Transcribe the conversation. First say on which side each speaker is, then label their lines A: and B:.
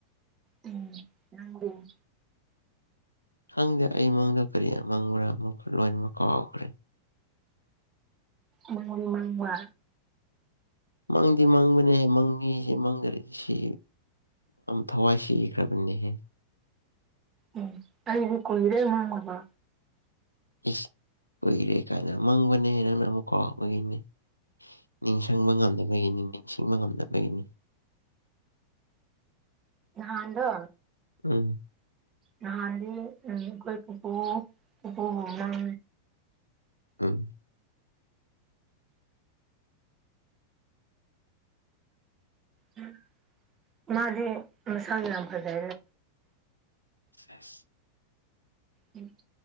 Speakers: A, on the right; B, on the left.
A: ꯎꯝ
B: ꯈꯪꯗꯦ ꯑꯩꯃꯪꯗ ꯀꯔꯤ ꯃꯪꯕ꯭ꯔꯥ ꯑꯃꯨꯛ ꯂꯣꯏꯅꯃꯛ ꯀꯥꯎꯥꯎꯈ꯭ꯔꯦ <inaudible>
A: ꯃ ꯃꯃ
B: ꯃꯪꯗꯤ ꯃꯪꯕꯅꯦꯍꯦ ꯃꯪꯉꯁꯦ ꯃꯪꯗꯔ ꯁꯤ ꯊꯋꯥꯏ ꯁꯤ ꯏꯈ꯭ꯔꯕꯅꯤꯍꯦ
A: ꯎꯝ ꯑꯩꯗꯤ ꯀꯣꯏꯔꯦ ꯃꯥꯉꯕ
B: ꯑꯦꯁ ꯀꯨꯏꯔꯦ ꯀꯥꯏꯅ ꯃꯪꯕꯅꯦ ꯅꯪꯅ ꯑꯃꯨꯛ ꯀꯥꯎꯕꯒꯤꯅꯤ ꯅꯤꯡꯁꯤꯡꯕ ꯉꯝꯅꯕꯒꯤꯅꯤ ꯅꯤꯡꯁꯤꯡꯕ ꯉꯝꯅꯕꯒꯤꯅꯤ
A: ꯅꯥꯟꯗꯣ
B: ꯎꯝ
A: ꯅꯍꯥꯟꯗꯤ ꯀꯣꯏ ꯄꯄꯨ ꯄꯄꯨ ꯍꯃꯥꯟ
B: ꯑꯥ
A: ꯎꯝ ꯃꯥꯗꯦ ꯃꯁꯥꯜ ꯂ ꯄꯗ
B: ꯁꯦꯁ
A: ꯎꯝ